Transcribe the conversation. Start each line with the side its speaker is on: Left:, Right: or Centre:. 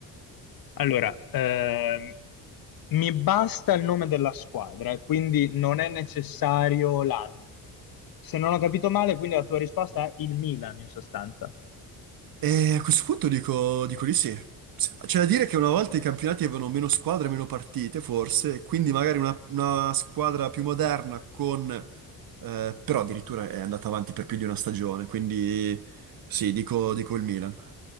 Left: Allora, ehm, mi basta il nome della squadra, e quindi non è necessario l'anno. Se non ho capito male, quindi la tua risposta è il Milan in sostanza.
Right: E a questo punto dico, dico di sì. C'è da dire che una volta i campionati avevano meno squadre, meno partite, forse, quindi magari una, una squadra più moderna con... eh, però addirittura è andata avanti per più di una stagione, quindi sì, dico, dico il Milan.